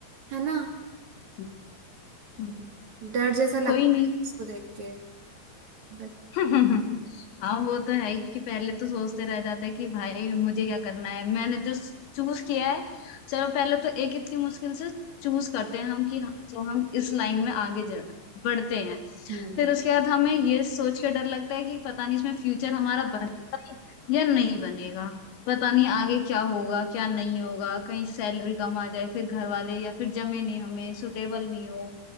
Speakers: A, on the right (about 45°); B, on the left (about 80°).
A: है ना
B: है। हम्म।
A: डर जैसा लगता
B: कोई नहीं
A: है इसको देख के बट
B: <laughs> हाँ वो तो है ही कि पहले तो सोचते रह जाते हैं कि भाई मुझे क्या करना है मैंने जो चूज किया है चलो पहले तो एक इतनी मुश्किल से चूज करते हैं हम कि हाँ जो हम इस लाइन में आगे जड़ बढ़ते हैं
A: हम्म
B: फिर उसके बाद हमें ये सोच के डर लगता है कि पता नहीं इसमें फ्यूचर हमारा बनेगा भी या नहीं बनेगा पता नहीं आगे क्या होगा क्या नहीं होगा कहीं सैलरी कम आ जाए फिर घर वाले या फिर जमे नहीं हमें सुटेबल नहीं हो